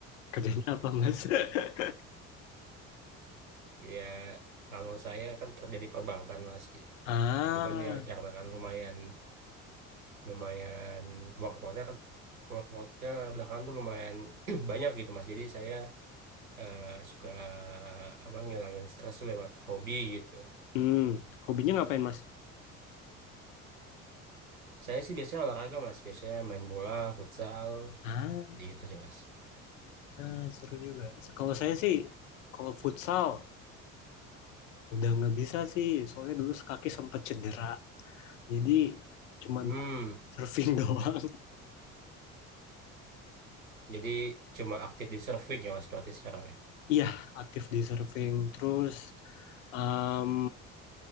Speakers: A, on the left (about 70°); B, on the right (about 85°).
A: Kerjanya apa, Mas? <laughs>
B: Ya kalau saya kan kerja di perbankan Mas gitu.
A: Ah,
B: cuman ya karena kan lumayan lumayan workloadnya kan workloadnya belakangan tuh lumayan <clears throat> banyak gitu mas jadi saya eh, suka apa ngilangin stres tuh lewat hobi gitu
A: hmm, hobinya ngapain, Mas?
B: saya sih biasanya olahraga mas biasanya main bola futsal
A: Ah,
B: jadi gitu sih mas
A: ah, seru juga. Kalau saya sih, kalau futsal udah nggak bisa sih, soalnya dulu kaki sempat cedera. Jadi cuman
B: hmm
A: surfing <laughs> doang.
B: jadi cuma aktif di surfing ya mas berarti sekarang ya
A: Iya, aktif di surfing. Terus em,